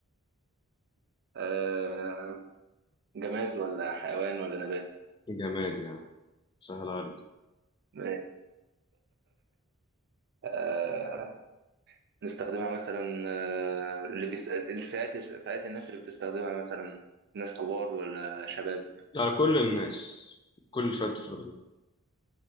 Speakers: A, on the right; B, on the left.
A: آه، جماد ولا حيوان ولا نبات؟
B: جماد يعني سهل عليك
A: ماشي آه، نستخدمها مثلا آه، اللي بيست... الفئات فئات الناس اللي بتستخدمها مثلا ناس كبار ولا شباب
B: لا كل الناس كل الفئات بتستخدمه